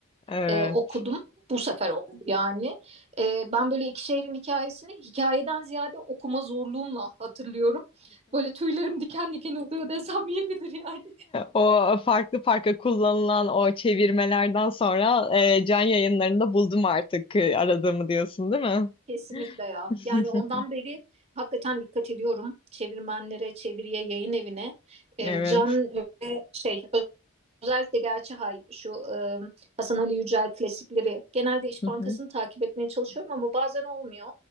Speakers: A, on the left (about 25°); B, on the right (about 30°).
A: Evet.
B: e, okudum. Bu sefer oldu yani. E, ben böyle iki şehrin hikayesini hikayeden ziyade okuma zorluğumla hatırlıyorum. Böyle tüylerim diken diken oluyor desem yeridir yani.
A: O farklı farklı kullanılan o çevirmelerden sonra e, can yayınlarında buldum artık e, aradığımı diyorsun, değil mi?
B: <laughs> Kesinlikle ya.
A: <laughs>
B: Yani ondan beri hakikaten dikkat ediyorum. Çevirmenlere, çeviriye, yayın evine. E,
A: Evet.
B: Can ve şey özellikle Gerçihay şu e, Hasan Ali Yücel klasikleri genelde İş
A: Hı
B: Bankası'nı
A: hı.
B: takip etmeye çalışıyorum ama bazen olmuyor